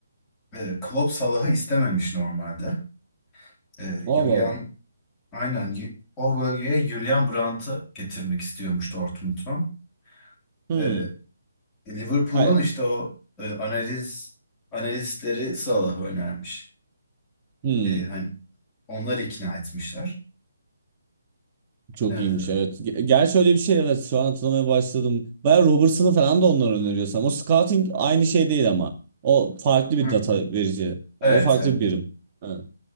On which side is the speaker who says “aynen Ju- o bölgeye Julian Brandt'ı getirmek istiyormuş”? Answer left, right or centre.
Left